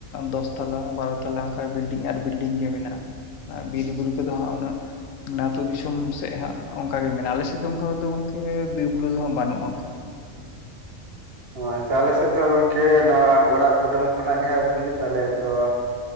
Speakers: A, on the left; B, on the right.
A: ᱫᱚᱥ ᱛᱟᱞᱟ ᱵᱟᱨᱚ ᱛᱟᱞᱟ ᱠᱟ ᱵᱤᱞᱰᱤᱝ ᱟᱨ ᱵᱤᱞᱰᱤᱝ ᱜᱮ ᱢᱮᱱᱟᱜᱼᱟ᱾ ᱵᱤᱨ ᱵᱩᱨᱩ ᱠᱚᱫᱚ ᱦᱟᱸᱜ ᱩᱱᱟᱹᱜ ᱢᱟᱱᱮ ᱟᱹᱛᱩᱳ ᱫᱤᱥᱚᱢ ᱥᱮᱜ ᱦᱟᱸᱜ ᱚᱝᱠᱟᱜ ᱜᱮ ᱢᱮᱱᱟᱜᱼᱟ ᱟᱞᱮᱥᱮᱜ ᱫᱚ ᱚᱝᱠᱟ ᱫᱚ ᱜᱚᱝᱠᱮ ᱵᱤᱨᱵᱩᱨᱩ ᱫᱚ ᱦᱟᱸᱜ ᱵᱟᱹᱱᱩᱜᱼᱟ ᱚᱝᱠᱟ ᱫᱚ᱾
B: ᱚ ᱟᱪᱪᱷᱟ ᱟᱞᱮ ᱥᱮᱜ ᱫᱚ ᱦᱟᱸᱜ ᱜᱚᱝᱠᱮ ᱱᱚᱣᱟ ᱚᱲᱟᱜ ᱠᱩᱰᱟᱹᱢ ᱠᱷᱚᱱᱟᱜ ᱜᱮ ᱦᱟᱸᱜ ᱵᱤᱨ ᱛᱟᱞᱮ ᱛᱚ